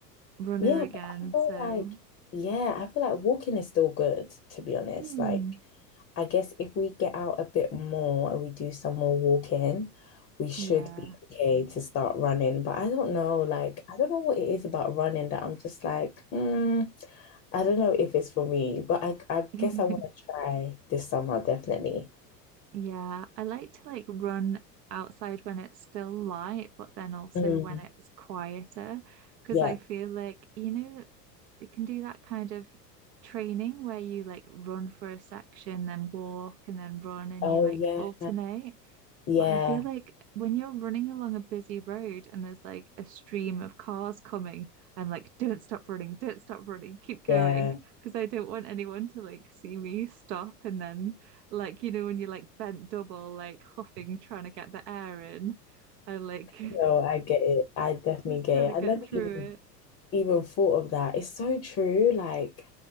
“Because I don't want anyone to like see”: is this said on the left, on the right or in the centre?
Right